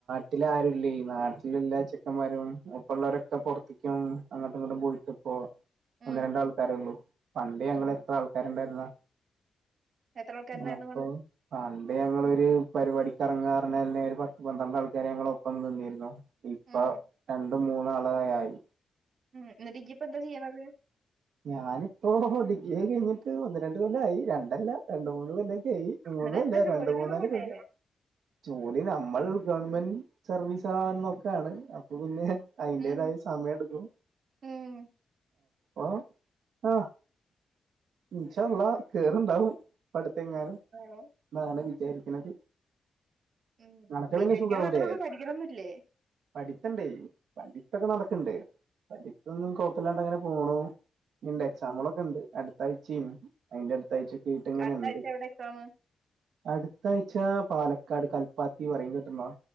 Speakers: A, on the right; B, on the right.
A: നാട്ടിലാരുല്ലേ നാട്ടിലെല്ലാ ചെക്കൻമാരും ഒപ്പള്ളവരൊക്കെ പൊറത്തേക്ക് പോവാണ്. അങ്ങട്ടും ഇങ്ങട്ടും പോയിട്ട്പ്പോ ഒന്ന്
B: ഉം
A: രണ്ടാൾക്കാരേള്ളു പണ്ട് ഞങ്ങളെത്ര
B: ഉം
A: ആൾക്കാരുണ്ടായിരുന്നാ
B: എത്ര ആൾക്കാരുണ്ടായിരുന്നു
A: അപ്പോ
B: നിങ്ങള്
A: പണ്ട് ഞങ്ങളൊരു പരുവാടി ക്ക എറങ്ങാ പറഞ്ഞാലന്നെ ഒരു പത്ത് പന്ത്രണ്ട് ആൾക്കാര് ഞങ്ങള ഒപ്പം നിന്നിരുന്നു ഇപ്പോ
B: ഉം
A: രണ്ടും മൂന്നാളുകളായി
B: ഉം ഇന്ന്ട്ട് ഇയ്യ് ഇപ്പോ എന്താ ചിയ്യണത്?
A: ഞാനിപ്പോ ഡിഗ്രിക്കേ കഴിഞ്ഞിട്ട് ഒന്ന് രണ്ട് കൊല്ലായി. രണ്ടല്ല രണ്ട്മൂന്ന് ല്ലോക്കേയി.
B: എന്നിട്ട്
A: മൂന്ന്കൊല്ലായി
B: എന്താ ജോലിക്കൊന്നും
A: രണ്ട്മൂന്നാല്
B: പോണ്ടേ
A: കൊല്ലം ജോലി നമ്മൾ ഗവൺമെന്റ് സർവീസ് ആന്നൊക്കൊണ് അപ്പ പിന്നെ അതിന്റേതായ
B: ഉം
A: സമയം എടുക്കും
B: ഉം
A: ഓ ആ ഇൻഷാ അള്ളാ കേറുണ്ടാവും അടുത്തെങ്ങാനു
B: ആ
A: ന്നാണ് വിചാരിക്കണത്
B: ഉം
A: അനക്ക്
B: ബിജാരിക്ക
A: പിന്നെ സുഖാവൂലേ
B: മാത്രേള്ളൂ പഠിക്കണണോന്നൂല്ല്യേ?
A: പഠിത്തണ്ടേ പഠിത്തൊക്കെ നടക് ക്ക്ണ്ട് പഠിത്തോന്നും കൊഴപ്പല്യാണ്ട് അങ്ങനെ പോണു. ഇണ്ട് എക്സാമുകളോക്കണ്ട് അടു അടുത്താഴ്ചയും അയിന്റെ അടുത്താഴ്ച ഒക്കേ ആയിട്ട്ങ്ങനെ
B: അടുത്താഴ്ച
A: ഒണ്ട്
B: എവിടെ എക്സാമ്
A: അടുത്തായ്ച്ച പാലക്കാട് കൽപ്പാത്തിന്ന് പറയും കേട്ടുണ്ടോ?